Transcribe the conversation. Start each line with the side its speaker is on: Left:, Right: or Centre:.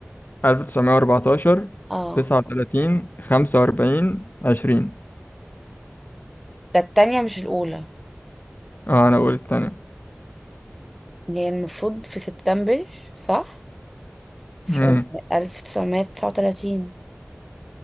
Left: 1914
Centre: اه
Left: 39 45 20
Centre: ده التانية مش الأولى
Left: اه أنا أقول الثانية
Centre: يعني المفروض في سبتمبر صح؟ في
Left: مم.
Centre: 1939